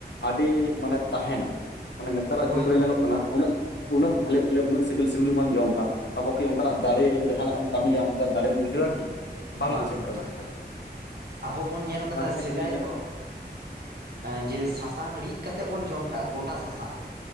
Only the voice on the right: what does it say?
ᱦᱳᱭ
ᱵᱟᱝ
ᱜᱚᱝᱠᱮ,
ᱟᱵᱚ ᱵᱚᱱ ᱧᱮᱞ
ᱠᱟᱫᱟ
ᱥᱮᱫᱟᱭ
ᱫᱚ᱾ ᱦᱮᱸ ᱡᱮ ᱥᱟᱥᱟᱝ ᱨᱤᱫ ᱠᱟᱛᱮᱜ ᱵᱚᱱ ᱡᱚᱢ ᱛᱟᱦᱮᱜᱼᱟ ᱜᱚᱴᱟ ᱥᱟᱥᱟᱝ᱾